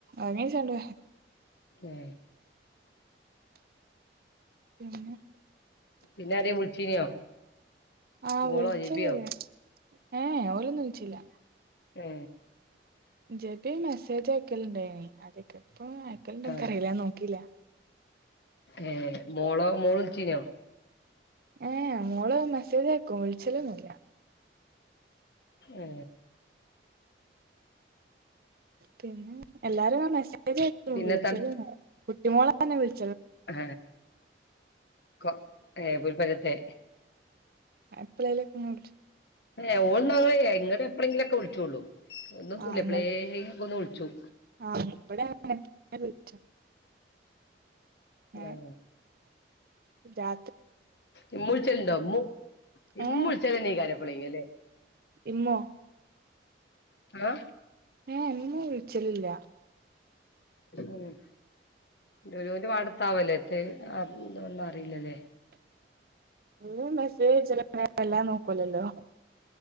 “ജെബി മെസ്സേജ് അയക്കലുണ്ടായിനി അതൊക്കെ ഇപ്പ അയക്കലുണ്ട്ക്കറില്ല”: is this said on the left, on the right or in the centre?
Right